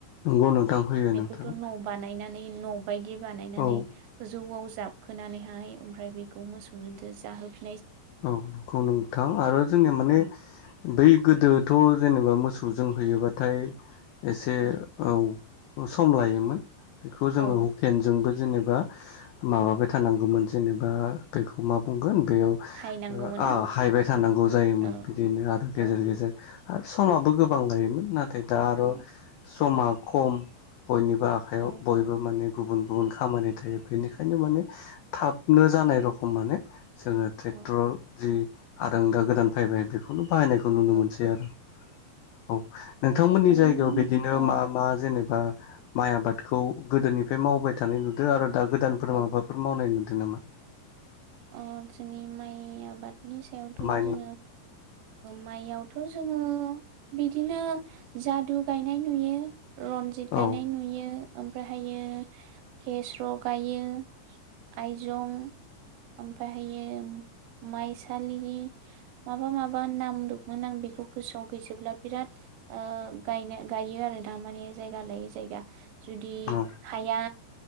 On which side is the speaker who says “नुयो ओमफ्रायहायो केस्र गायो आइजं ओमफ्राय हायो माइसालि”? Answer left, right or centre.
Right